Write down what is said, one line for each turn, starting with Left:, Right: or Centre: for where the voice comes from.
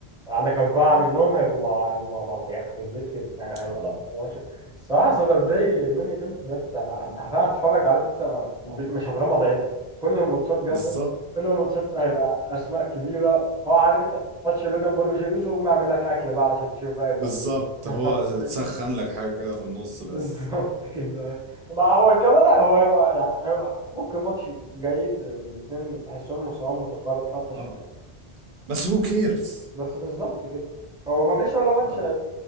Centre: عندك أربعة منهم هيبقوا مع هيبقوا مع بعض يخرب بيت كده يعني
Right: اه
Centre: هيبقى لا ماتش الصراحة صدر دي
Right: آه.
Centre: مين ايفنت ده انت انت حرفيا هتتفرج عارف انت ما- مش هتغمض عينك كل الماتشات جامدة
Right: بالظبط
Centre: كل الماتشات هيبقى أسماء كبيرة هو عارف انت ماتش لوجان بول وجي أوسو قوم اعمل لك أكل بقى علشان تشوف بقى الماتش
Right: بالظبط
Centre: <laughs>
Right: هو تسخن لك حاجة كده في النص
Centre: بالظبط
Right: بس
Centre: كده ما هو كمان هو هيبقى يعني هيبقى ممكن ماتش جيد الاثنين تحسهم مستواهم متقارب حتى شوية
Right: اه بس هو كيرز
Centre: بس بالظبط كده هو ما فيش ولا ماتش
Right: ما...